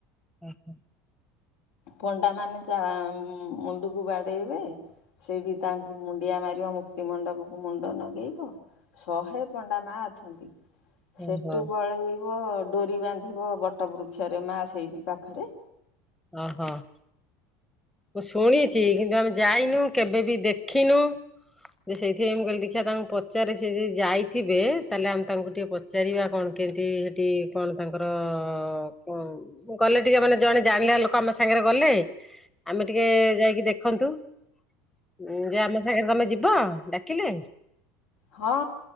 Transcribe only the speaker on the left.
ପଣ୍ଡା ମାନେ ଯା ମୁଁ ମୁଣ୍ଡକୁ ବାଡ଼େଇବେ ସେଇଠି ତାଙ୍କୁ ମୁଣ୍ଡିଆ ମାରିବ ମୁକ୍ତିମଣ୍ଡପକୁ ମୁଣ୍ଡ ନଗେଇବ ଶହେ ପଣ୍ଡା ମା ଅଛନ୍ତି
ସେଠୁ ପଳେଇବ ଡୋରି ବାନ୍ଧିବ ବଟ ବୃକ୍ଷରେ ମା ସେଇଠି ପାଖରେ।
ହଁ।